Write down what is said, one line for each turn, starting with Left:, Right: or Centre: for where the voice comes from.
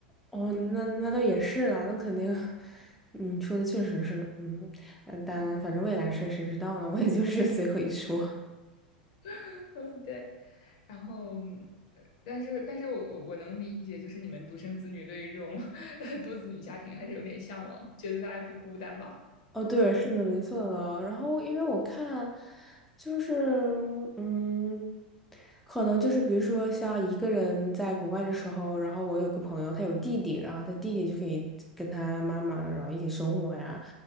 Centre: 哦，那那倒也是啦，那肯定，<laughs> 嗯，说的确实是，嗯，呃但反正未来事谁知道呢？我也就是随口一说。
Left: <laughs> 嗯对，然后。呃但是，但是我我我能理解，就是你们独生子女对于这种 <laughs> 多子女家庭还是有点向往，觉得大家不孤单吧。
Centre: 哦，对，是的，没错的。然后，因为我看，就是嗯，可能就是比如说像一个人在国外的时候，然后我有个朋友，他有弟弟，然后他弟弟就可以跟他妈妈，然后一起生活呀，